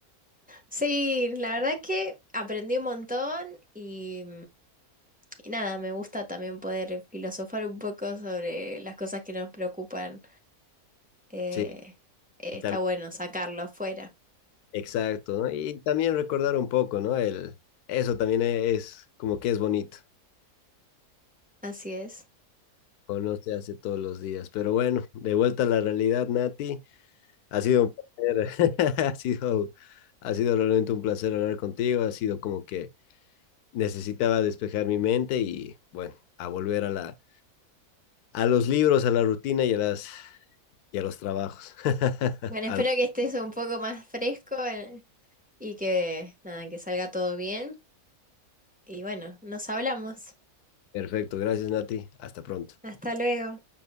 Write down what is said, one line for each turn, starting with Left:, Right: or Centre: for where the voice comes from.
Centre: Sí, la verdad que aprendí un montón y, y nada, me gusta también poder filosofar un poco sobre las cosas que nos preocupan. Eh,
Left: Sí,
Centre: eh,
Left: y
Centre: está
Left: tam-
Centre: bueno sacarlo afuera.
Left: exacto, ¿no? Y también recordar un poco, ¿no? El, eso también e, es como que es bonito,
Centre: Así es.
Left: o no se hace todos los días. Pero bueno, de vuelta a la realidad, Nati, ha sido un placer, <laughs> ha sido, ha sido realmente un placer hablar contigo, ha sido como que necesitaba despejar mi mente y bueno, a volver a la, a los libros, a la rutina y a las, y a los trabajos. <laughs>
Centre: Bueno,
Left: Al-
Centre: espero que estés un poco más fresco eh, y que nada, que salga todo bien. Y bueno, nos hablamos.
Left: Perfecto, gracias, Nati, hasta pronto.
Centre: Hasta luego.